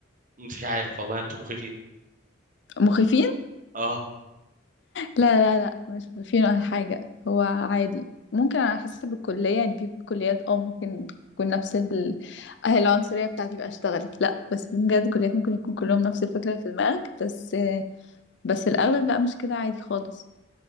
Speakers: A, on the right; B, on the left.
A: مش عارف والله انتم مخيفين
B: مخيفين
A: اه
B: لا لا لا مش مفيد ولا حاجة هو عادي ممكن على حسب الكلية يعني في كليات اه ممكن تكون نفس ال... آه، العنصرية بتاعتي بقى اشتغلت لا بس في بجد كليات ممكن يكون كلهم نفس الفكرة في دماغك بس بس الأغلب لا مش كده عادي خالص